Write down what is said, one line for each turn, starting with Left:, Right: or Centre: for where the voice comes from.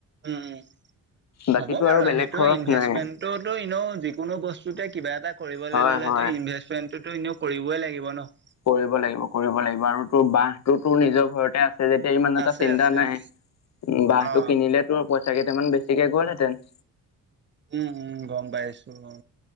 Right: উম, উম,
Left: বাকীতো
Right: হ'বগে
Left: আৰু
Right: বাৰু
Left: বেলেগ
Right: সেইটো
Left: খৰচ
Right: ইনভেষ্টমেণ্ট
Left: নাই
Right: তোৰ টো ইনও যিকোনো বস্তুতে কিবা এটা কৰিবলে
Left: হয়
Right: ল'লেটো
Left: হয়
Right: ইনভেছ চেনটোতো ইনেও কৰিবই লাগিব ন।
Left: কৰিব লাগিব, কৰিব লাগিব আৰু তোৰ বাহটো তোৰ নিজৰ ঘৰতে আছ যে যেতিয়া ইমান এটা
Right: আছে
Left: চিন্তা
Right: আছে
Left: নাই।
Right: অ
Left: বাহটো
Right: অ
Left: কিনিলেতো পইচা কেইটামান বেছিকে গ'লহেঁতেন।
Right: উম- উম, গম পাইছো অ,